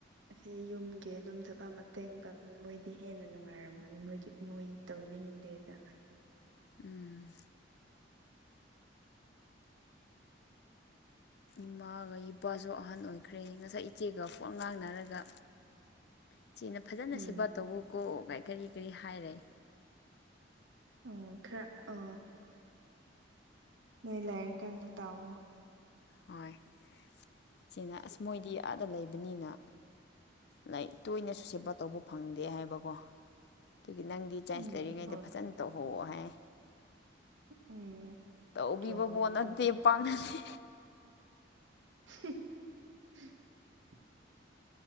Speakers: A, on the right; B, on the left.
A: ꯑꯁꯤ ꯌꯨꯝꯒꯤ ꯑꯗꯨꯝ ꯊꯕꯛ ꯃꯇꯦꯡ ꯄꯥꯡ ꯃꯣꯏꯗꯤ ꯍꯦꯟꯅ ꯅꯨꯡꯉꯥꯏꯔꯝꯃꯣꯏꯅꯤ ꯃꯣꯏꯗꯤ ꯃꯣꯏ ꯇꯧꯅꯤꯡꯉ ꯗꯅ
B: ꯎꯝ ꯏꯃꯥꯒ ꯏꯄꯥꯁꯨ ꯑꯍꯟ ꯑꯣꯏꯈ꯭ꯔꯦ ꯉꯁꯥꯏ ꯏꯆꯦꯒ ꯄꯠ ꯉꯥꯡꯅꯔꯒ ꯏꯆꯦꯅ ꯐꯖꯅ
A: ꯎꯝ
B: ꯁꯦꯕꯥ ꯇꯧꯎ ꯀꯣ ꯀꯔꯤ ꯀꯔꯤ ꯍꯥꯏꯔꯦ
A: ꯑꯣ ꯈꯔ ꯑ ꯅꯣꯏ ꯂꯥꯏꯔ ꯀꯥꯟꯗ ꯇꯥꯛꯑꯣ
B: ꯍꯣꯏ ꯏꯆꯦꯅ ꯑꯁ ꯃꯣꯏꯗꯤ ꯑꯥꯗ ꯂꯩꯕꯅꯤꯅ ꯂꯥꯏ ꯇꯣꯏꯅꯁꯨ ꯁꯦꯕꯥ ꯇꯧꯕ ꯐꯪꯗꯦ ꯍꯥꯏꯕꯀꯣ ꯑꯗꯨꯒꯤ ꯅꯪꯗꯤ ꯆꯥꯏꯟꯁ
A: ꯎꯝ
B: ꯂꯩꯔꯤꯉꯩꯗ
A: ꯍꯣꯏ
B: ꯐꯖꯅ ꯇꯧꯍꯧꯑꯣ ꯍꯥꯏ
A: ꯎꯝ
B: ꯇꯧꯕꯤꯕ
A: ꯆꯨꯝꯃꯦ
B: ꯄꯣꯠ
A: ꯑꯗꯨꯗꯤ
B: ꯅꯠꯇꯦ ꯄꯥꯛꯅꯗꯦ
A: <inaudible>